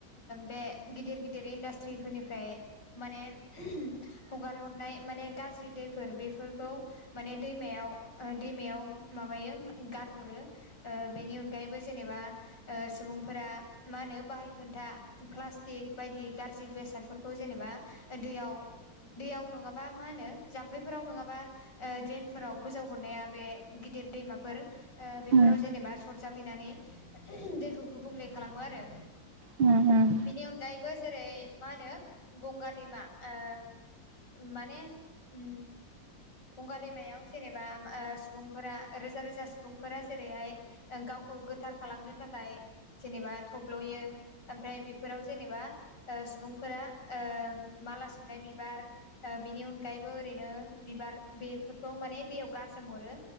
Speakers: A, on the left; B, on the right.
A: बे गिदिर गिदिर इन्डास्ट्रिफोरनिफ्राय माने हगार हरनाय माने गाज्रि दैफोर बेफोरखौ- माने दैमायाव दैमायाव माबायो गारहरो बेनि अनगायैबो जेनेबा सुबुंफोरा मा होनो बाहाय खोन्था प्लास्टिक बायदि गाज्रि बेसादफोरखौ जेनेबा दैयाव‌ दैयाव नंङाबा मा होनो जाम्फैफोराव नंङाबा ओ दिनफोराव फोजावहरनाया बे गिदिर दैमाफोर ओ बेफोराव
B: उम
A: जेनेबा सरजाबहैनानै दैखौ गुबुंले खालामो आरो।
B: उम उम
A: बिनि अनगायैबो जेरै मा होनो गंगा दैमा ओ? माने ओ गंगा दैमायाव जेनेबा ओ सुबुंफोरा रोजा रोजा सुबुंफोरा जेरैहाय ओ गावखौ गोथार खालामनो थाखाय जेनेबा थब्लयो। ओमफ्राय बेफोराव जेनेबा ओ सुबुंफोरा ओ माला सुनाय बि बिबार बिनि अनगायैबो ओरैनो बिबार बेफोरखौ माने दैयाव गारसोमहरो।